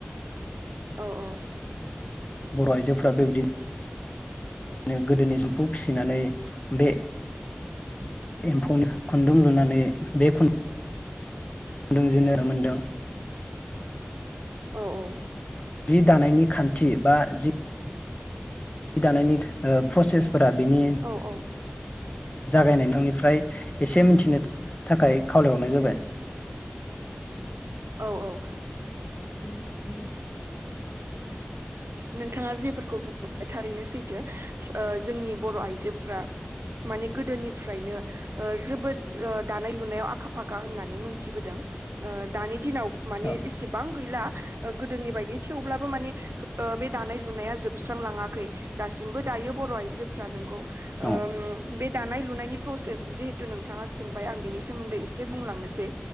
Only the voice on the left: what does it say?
बर' आइजोफ्रा बेबायदि नो गोदोनि एम्फौ फिसिनानै बे एम्फौनि खुन्दुं लुनानै बे खु न्दुं जोंनो मोनदों।
जि दानायनि खान्थि बा जि दानायनि ओ प्रसेस फोरा बिनि
जागायनाय निफ्राय एसे मिथिनो थाखाय खावलायहरनाय जाबाय।
<inaudible>
औ
औ